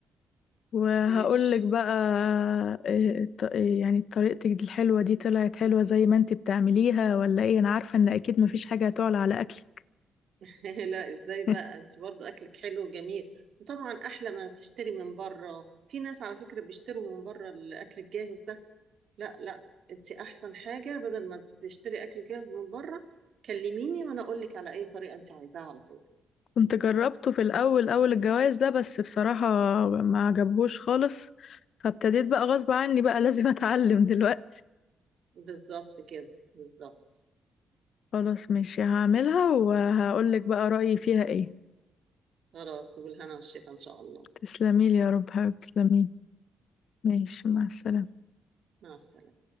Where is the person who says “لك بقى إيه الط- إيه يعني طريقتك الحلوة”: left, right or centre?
Left